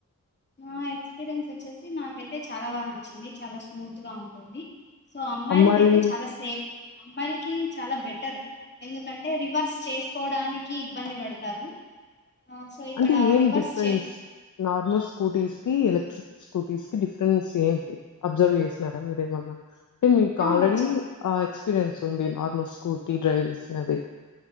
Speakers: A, on the left; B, on the left.
A: నా ఎక్స్పీరియన్స్ వచ్చేసి నాకైతే చాలా బాగా నచ్చింది చాలా స్మూత్గా ఉంటుంది సో అమ్మాయిలకి
B: మరి
A: అయితే చాలా సేఫ్ అమ్మాయిలకి చాలా బెటర్ ఎందుకంటే రివర్స్ చేసుకోవడానికి ఇబ్బంది పడతారు ఆ సో ఇక్కడ
B: అంటే ఏం
A: రివర్స్
B: డిఫరెన్స్
A: చే
B: నార్మస్ స్కూటీస్ కి ఎలక్ట్రిక్ స్కూటీస్ కి డిఫరెన్స్ ఏంటి అబ్జర్వ్ చేసినారా మీరేమన్నా అంటే మీకు
A: ఆ
B: ఆల్రెడీ
A: చే
B: ఎక్స్పీరియన్స్ ఉంది నార్మల్ స్కూర్టీ డ్రైవ్ చేసినది